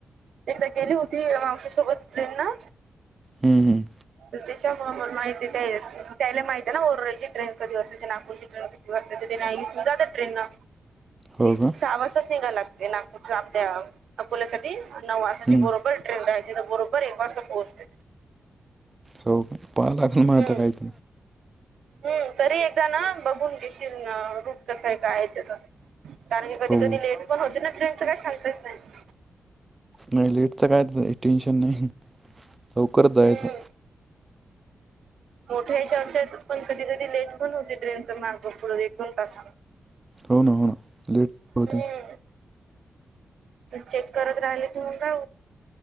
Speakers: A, on the right (about 85°); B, on the right (about 20°).
A: एकदा गेली होती आमच्यासोबत ट्रेन ना
B: हम्म हम्
A: त्याच्या माहिती आहे त्याला माहिती आहे ना ओरळीची ट्रेन कधी वातयची नागपूरची ट्रेन नाहीस जात ट्रेन
B: हो
A: ते
B: का
A: सहा वाजताच निघायला लागते नागपूर आपल्या अकोल्या सा नऊ वाजची
B: हम्म
A: बरोबर बरोबर एक वास पोचत
B: हो पालकल मााता
A: हम्म
B: कायत
A: हम्म तरी एकदा ना बघून घशील रूप कसं आहे काय त्या कारण की कधी
B: हो
A: कधी लेट पण होते ना ट्रेनचं काही सांगतच नाही
B: नाही लेटचं काय टेन्शन नाही लवकरच जायचं
A: हम्म. मोठ्या ह चर्च्या यत पण कधी कधी लेटण होते ट्रेनचा मार्ग पुढे एकोन तासा
B: हो ना हो ना लेट होते
A: हम्म चेक करत राहिले तगा